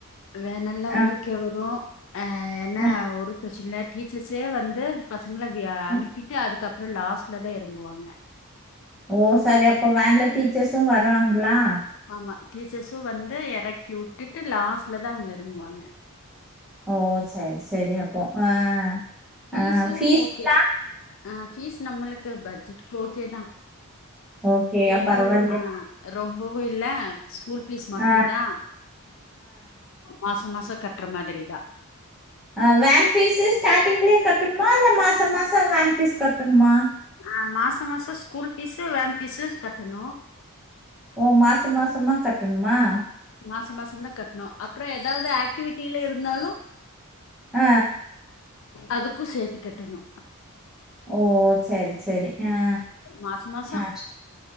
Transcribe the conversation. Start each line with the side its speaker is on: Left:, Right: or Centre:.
Left: வேன் எல்லா
Centre: ஆ,
Left: ஊருக்கே வரோ ஆஹ் என்ன
Centre: ஆ,
Left: ஒரு <unintelligible> டீச்சர்ஸ்ஏ வந்து பச இவங்களா வியா
Centre: ஆ.
Left: அனுப்பிட்டு அதுக்கப்புறோ லாஸ்ட் லதா எறங்குவாங்க
Centre: ஓ சரி அப்போ வேன்ல டீச்சர்சும் வருவாங்களா
Left: ஆமா டீச்சர்ஸு வந்து எறக்கி உட்டுட்டு லாஸ்ட்லதா அவுங்க எறங்குவாங்க
Centre: ஓ செர் செரி அப்போ ஆஹ்
Left: ஃபீஸு
Centre: அ பீஸ்லா
Left: ஓகே ஆ ஃபீஸ் நம்மளுக்கு பட்ஜெட்கு ஓகேதா
Centre: ஓகே
Left: ரொம்பவு
Centre: பரவாயில்லையா
Left: ஆ ரொம்பவு இல்ல ஸ்கூல் பீஸ் மட்டுந்தா
Centre: ஆ
Left: மாஸ் மாசொ கட்டுற மாதிரிதா
Centre: அ ஃவேன் பீஸு ஸ்டார்டிங்லயே கட்டணுமா இல்ல மாசோ மாசோ ஃவேன் பீஸ் கட்டணுமா
Left: ஆ மாசோ மாசோ ஸ்கூல் ஃபீஸு ஃவேன் ஃபீஸு கட்டணு
Centre: ஓ மாசம் மாசமா கட்டணுமா
Left: மாசம் மாசந்தா கட்டணு அப்றோ எதாவது ஆக்டிவிட்டில இருந்தாலு
Centre: அ
Left: அதுக்கு சேத்தி கட்டணு
Centre: ஓ செரி செரி ஆ
Left: மாச மாசோ
Centre: அ